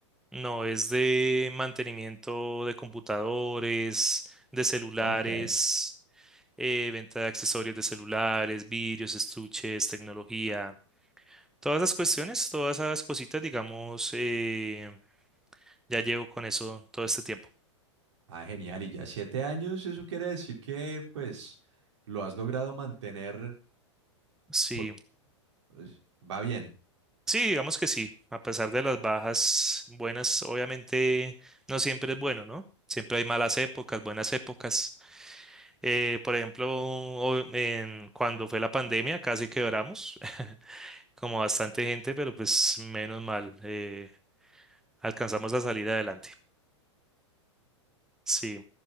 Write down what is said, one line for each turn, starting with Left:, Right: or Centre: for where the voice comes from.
Centre: No, es de mantenimiento de computadores, de celulares,
Right: Ok,
Centre: eh, venta de accesorios de celulares, vidrios, estuches, tecnología. Todas esas cuestiones, todas esas cositas, digamos, eh, ya llevo con eso todo este tiempo.
Right: ah, genial. Y ya siete años, eso quiere decir que, pues, lo has logrado mantener,
Centre: Sí,
Right: por- pues, va bien.
Centre: sí, digamos que sí. A pesar de las bajas buenas, obviamente no siempre es bueno, ¿no? Siempre hay malas épocas, buenas épocas. Eh, por ejemplo, o- en- cuando fue la pandemia, casi quebramos. <laughs> como bastante gente, pero pues menos mal, eh, alcanzamos a salir adelante. Sí.